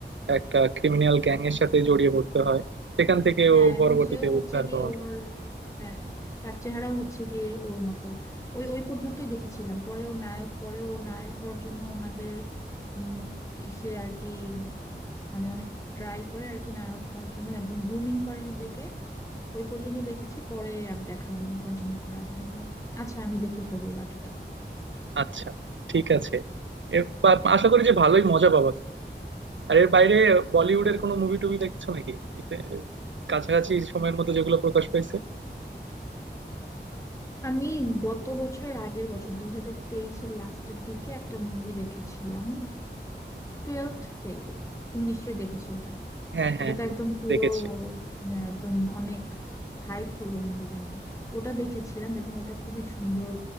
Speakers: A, on the right; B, on the left.
A: একটা ক্রিমিনাল গ্যাং এর সাথে জড়িয়ে পড়তে হয় সেখান থেকে
B: হ্যাঁ
A: ও
B: এবং
A: পরবর্তীতে
B: সেও হচ্ছে
A: উদ্ধার
B: গিয়ে
A: হওয়ার
B: ওর হ্যাঁ তার চেহারাও হচ্ছে গিয়ে ওর মতো ওই ওই পর্যন্তই দেখেছিলাম পরে ওর নায়ক পরে ওর নায়ক হওয়ার জন্য ওনাদের উম ইসে আর কি মানে অনেক ট্রাই করে আর কি নায়ক হওয়ার জন্য একদম গ্রুমিং করে নিজেকে ওই পর্যন্ত দেখেছি পরে আর দেখা হয়নি কন্টিনিউ করা হয়নি আচ্ছা আমি দেখে ফেলবো বাকিটা
A: আচ্ছা ঠিক আছে এবার আশা করি যে ভালোই মজা পাবা তুমি। আর এর বাইরে বলিউডের কোনো মুভি টুভি দেখছো নাকি এতে- কাছাকাছি সময়ের মধ্যে যেগুলো প্রকাশ পাইছে
B: আমি গত বছরের আগের বছর দুই হাজার তেইশের লাস্টের দিকে একটা মুভি দেখেছিলাম টুয়েলথ ফেল তুমি নিশ্চয়ই দেখেছো এটা
A: হ্যাঁ হ্যাঁ
B: এটা তো
A: হ্যাঁ
B: একদম পুরো
A: দেখেছি
B: আহ, একদম অনেক হাইপ হলো মুভিটা নিয়ে ওটা দেখেছিলাম এবং ওটা খুবই সুন্দর